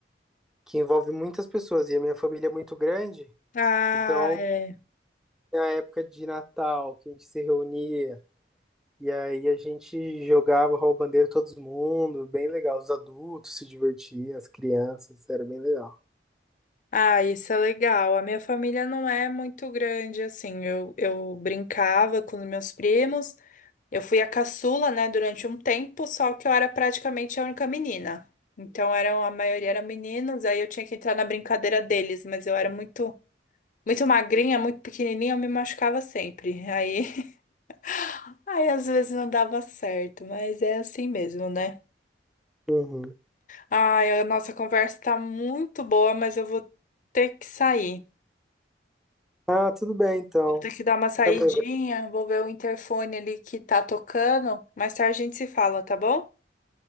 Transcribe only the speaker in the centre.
que envolve muitas pessoas e a minha família é muito grande,
Então,
na época de Natal, que a gente se reunia, e aí a gente jogava rouba-bandeira todo mundo, bem legal. Os adultos se divertiam, as crianças, era bem legal.
Uhum.
Ah, tudo bem então.
Tá bom,